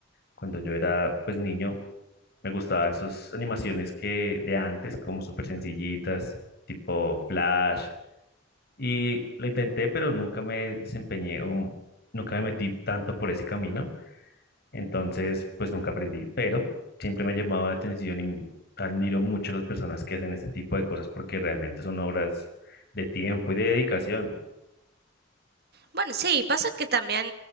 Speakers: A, on the left; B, on the right.
A: cuando yo era pues niño, Me gustaban esas animaciones que de antes, como súper sencillitas, tipo Flash. Y lo intenté, pero nunca me desempeñé, o nunca me metí tanto por ese camino. Entonces, pues nunca aprendí, pero siempre me ha llamado la atención y admiro mucho a las personas que hacen este tipo de cosas porque realmente son obras de tiempo y de dedicación.
B: Bueno, sí, pasa que también